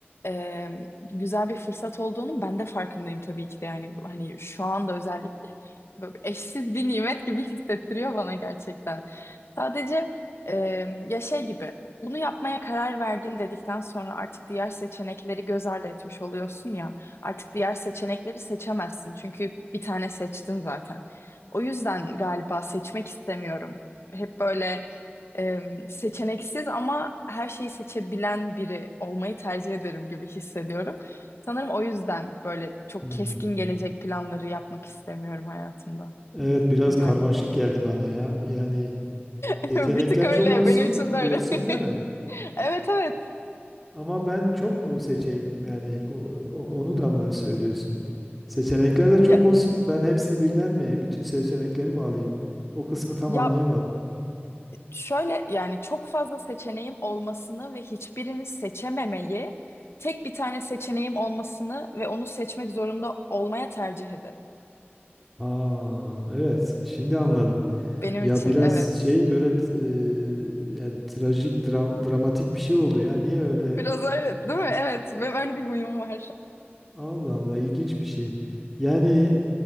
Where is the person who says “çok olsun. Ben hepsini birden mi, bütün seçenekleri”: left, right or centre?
Centre